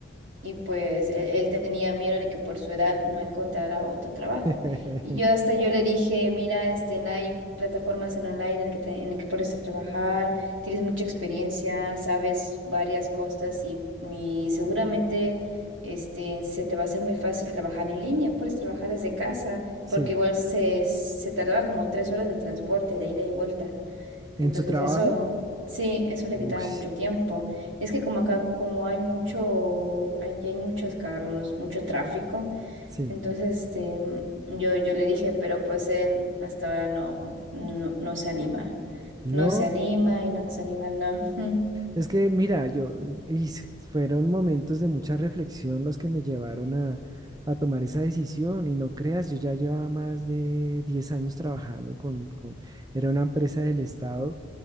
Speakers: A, on the right; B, on the right.
A: y pues él, él tenía miedo de que por su edad no encontrara otro trabajo.
B: <laughs>
A: Y yo hasta yo le dije, mira, este, no hay plataformas en online en el que, te- en el que puedes trabajar, tienes mucha experiencia, sabes varias cosas y, y seguramente este, se te va a hacer muy fácil trabajar en línea, puedes trabajar desde casa,
B: sí,
A: porque igual se, se tardaba como tres horas de transporte, de ida y vuelta.
B: en
A: Entonces
B: su trabajo,
A: eso, sí, eso le
B: uy,
A: quitaba mucho tiempo. Es que como acá, como hay mucho, allí hay muchos carros, mucho tráfico,
B: sí,
A: entonces este, yo, yo le dije, pero pues él hasta ahora no, no, no se anima.
B: no.
A: No se anima y no se anima, no. <laughs>
B: Es que, mira, yo, y s- fueron momentos de mucha reflexión los que me llevaron a, a tomar esa decisión. Y no creas, yo ya llevaba más de 10 años trabajando con, con, era una empresa del Estado